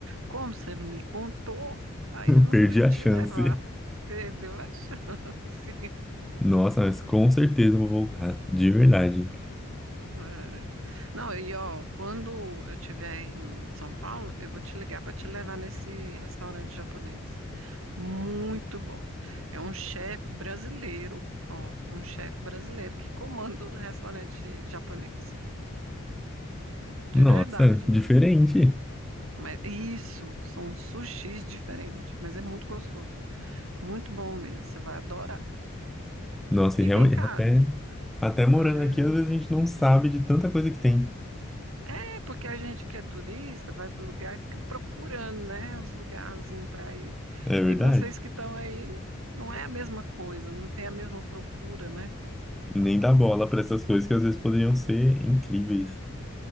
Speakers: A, on the right; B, in the centre.
A: Como você não me contou, aí eu não
B: Perdi
A: pude
B: a
A: te
B: chance.
A: levar. Perdeu a <laughs> chance.
B: Nossa, mas com certeza eu vou voltar, de verdade.
A: É. Não, e ó, quando eu estiver em São Paulo, eu vou te ligar para te levar nesse restaurante japonês. Muito bom. É um chefe brasileiro, ó, um chefe brasileiro que comanda o restaurante japonês. De
B: Nossa,
A: verdade, mano.
B: diferente.
A: Mas isso, são sushis diferentes, mas é muito gostoso. Muito bom mesmo, você vai adorar.
B: Nossa,
A: E
B: e realmente,
A: vem cá.
B: até, até morando
A: É,
B: aqui, às vezes a gente não sabe de tanta coisa que tem.
A: é porque a gente que é turista vai pro lugar e fica procurando, né, os lugarzinhos para ir.
B: É verdade.
A: E vocês que estão aí, não não é a mesma coisa, não tem a mesma procura, né?
B: Nem dá bola para essas coisas que às vezes poderiam ser incríveis.